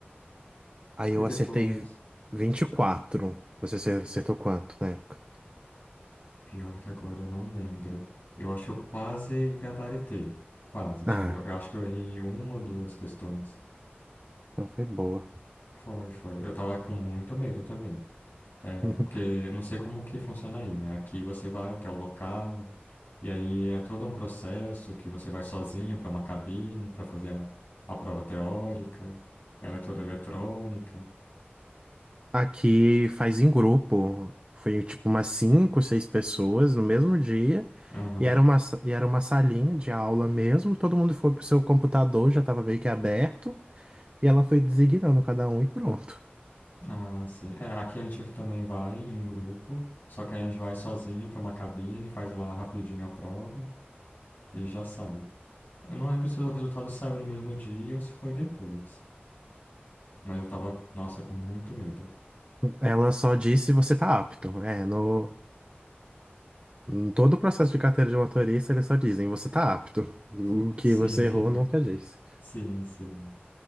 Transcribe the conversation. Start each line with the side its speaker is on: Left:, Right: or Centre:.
Right: Aí eu
Left: E depois,
Right: acertei 24. Você acer- acertou quanto na época?
Left: pior que agora eu não lembro. Eu acho que eu quase gabaritei. Quase, tipo,
Right: Ah,
Left: eu acho que eu errei uma ou duas questões.
Right: não foi boa.
Left: Foi, foi. Eu tava com muito medo também. É,
Right: <laughs>
Left: porque eu não sei como que funciona aí, né? Aqui você vai até o local, e aí é todo um processo que você vai sozinho para uma cabine para fazer a, a prova teórica. Ela é toda eletrônica.
Right: Aqui faz em grupo. Foi tipo umas 5, 6 pessoas no mesmo dia.
Left: Aham.
Right: E era uma, sa- e era uma salinha de aula mesmo. Todo mundo foi pro seu computador, já tava meio que aberto. E ela foi designando cada um e pronto.
Left: Ah, sim. É, aqui a gente também vai em um grupo, só que aí a gente vai sozinho para uma cabine, faz lá rapidinho a prova e já sai. Eu não lembro se o resultado saiu no mesmo dia ou se foi depois, mas eu tava, nossa, com muito medo.
Right: Ela só disse você tá apto. É, no, Em Todo o processo de carteira de motorista, eles só dizem, você tá apto. O
Left: <laughs>
Right: que
Left: Sim,
Right: você
Left: <laughs>
Right: errou, nunca diz.
Left: sim, sim.